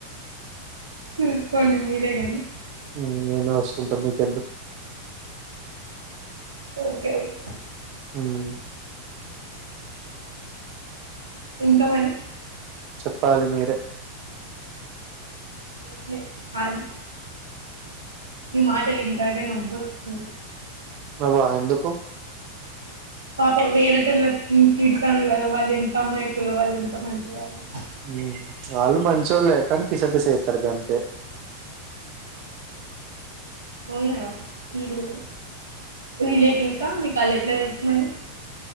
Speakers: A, on the right; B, on the right.
A: చూస్కోండి మీరే గాని
B: ఊఁ నేనూ వస్కుంటం మీకెందుక్
A: ఓకే ఓకే
B: ఉమ్
A: ఇంక వన్
B: చెప్పాలి మీరే
A: ఏం లే ఖాలీ మీ మాటలింటాంటె నవ్వొస్తుంది
B: నవ్వా ఎందుకు
A: పాపం వేరేటోళ్ళక్ నేన్ తిడతాన్ గద వాళ్లెంత అమాయకులో వాళ్లెంత మంచి వాళ్లో
B: ఉమ్ వాళ్ళు మంచోళ్లే కానీ పిసపిస చెప్తారు గంతే
A: అవునా మీరు రిలేటివ్సా మీక్ అళ్లు ఎట్ల తెలుసు మరీ